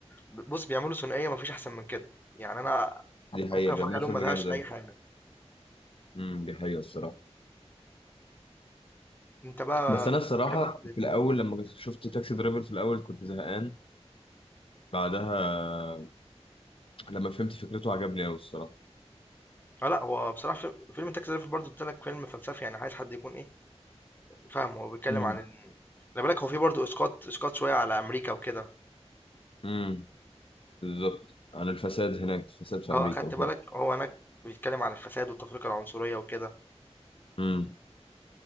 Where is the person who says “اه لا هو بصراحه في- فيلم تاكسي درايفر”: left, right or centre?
Left